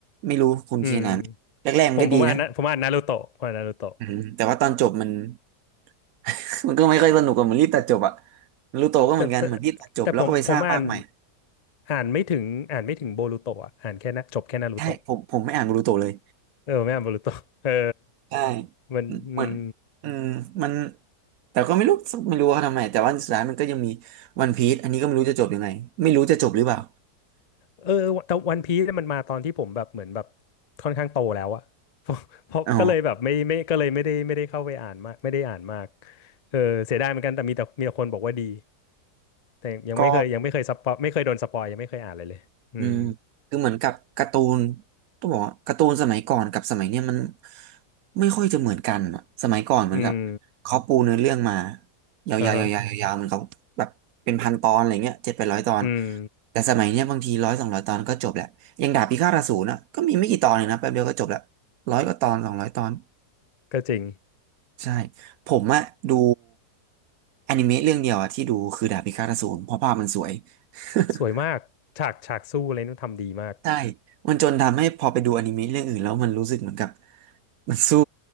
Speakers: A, on the right (about 65°); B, on the left (about 75°).
A: ไม่รู้คุณเคนอ่านไหมแรกๆมันก็ดีนะ
B: อืมผมผมอ่านนะผมอ่านนารูโตะผมอ่านนารูโตะ
A: อืมแต่ว่าตอนจบมัน <laughs> มันก็ไม่ค่อยสนุกอะเหมือนรีบตัดจบอะนารูโตะก็เหมือนกันเหมือนรีบตัดจบแล้วก็ไปสร้างภาคใหม่
B: แต่แต่แต่ผมผมอ่านอ่านไม่ถึงอ่านไม่ถึงโบรูโตะอ่ะอ่านแค่นะจบแค่นารูโตะ
A: ใช่ผมผมไม่อ่านนารูโตะเลย
B: เออไม่อ่านโบรูโตะเออ
A: ใช่
B: มันอืม
A: เหมือนอืมมันแต่ก็ไม่รู้ไม่รู้ว่าทำไมแต่ว่าสุดท้ายมันก็ยังมีวันพีซอันนี้ก็ไม่รู้จะจบยังไงไม่รู้จะจบหรือเปล่า
B: เออแต่วันพีซมันมาตอนที่ผมแบบเหมือนแบบค่อนข้างโตแล้วอะ <laughs> เพราะเพราะก็เลยแบบไม่ไม่ก็เลยไม่ได้ไม่ได้เข้าไปอ่านมากไม่ได้อ่านมาก
A: อ๋อ
B: เออเสียดายเหมือนกันแต่มีแต่มีแต่คนบอกว่าดีแต่ยังไม่เคยยังไม่เคยสปอยไม่เคยโดนสปอยยังไม่เคยอ่านเลยเลยอืม
A: ก็ อืมคือเหมือนกับการ์ตูนต้องบอกว่าการ์ตูนสมัยก่อนกับสมัยเนี้ยมันไม่ค่อยจะเหมือนกันอะสมัยก่อนเหมือนกับเขาปูเนื้อเรื่องมา
B: อืม
A: ยาวๆยาวๆยาวๆเหมือนเขาแบบเป็นพันตอนอะไรเงี้ยเจ็ดไปร้อยตอน
B: อ่าฮะอืม
A: แต่สมัยเนี้ยบางทีร้อยสองร้อยตอนก็จบแหละอย่างดาบพิฆาตอสูรนะก็มีไม่กี่ตอนเลยนะแป๊บเดียวก็จบละร้อยกว่าตอนสองร้อยตอน
B: ก็จริง
A: ใช่ผมอะดูอนิเมะเรื่องเดียวอะที่ดูคือดาบพิฆาตอสูรเพราะภาพมันสวย <laughs>
B: สวยมากฉากฉากสู้อะไรนู่นทำดีมาก
A: ใช่มันจนทำให้พอไปดูอนิเมะเรื่องอื่นแล้วมันรู้สึกเหมือนกับ <laughs> มันสู้